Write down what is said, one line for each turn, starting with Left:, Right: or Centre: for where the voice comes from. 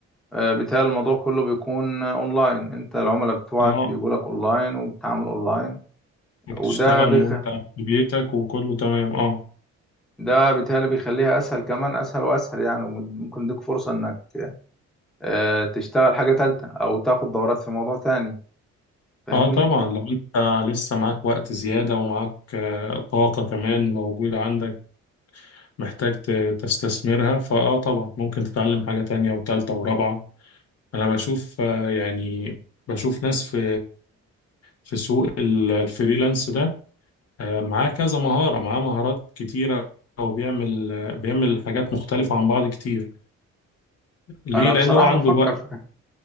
Centre: آه، بيتهيألي الموضوع كله بيكون آه، اونلاين انت العملاء بتوعك
Left: اه
Centre: بيجولك اونلاين وبتتعامل اونلاين
Left: وبتشتغل
Centre: وده بيخ
Left: وانت في بيتك وكله تمام اه
Centre: ده بيتهيألي بيخليها اسهل كمان اسهل واسهل يعني وممكن يديك فرصة انك آه، تشتغل حاجة تالتة او تاخد دورات في موضوع تاني فاهمني
Left: اه طبعا لو انت لسه معاك وقت زيادة ومعاك آه، طاقة كمان موجودة عندك محتاج ت- تستثمرها فاه طبعا ممكن تتعلم حاجة تانية وتالتة ورابعة انا بشوف آه، يعني بشوف ناس في في سوق ال- الفريلانس ده آه، معاه كذا مهارة معاه مهارات كتيرة وبيعمل آه، بيعمل حاجات مختلفة عن بعض كتير ليه
Centre: انا
Left: لأنه
Centre: بصراحة
Left: هو عنده
Centre: بفكر
Left: الوقت
Centre: في كده